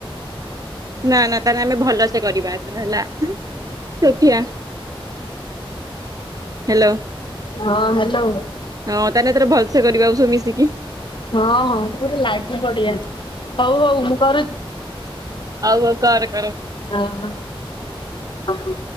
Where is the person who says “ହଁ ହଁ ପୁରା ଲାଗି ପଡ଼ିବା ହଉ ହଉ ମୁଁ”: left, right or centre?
Left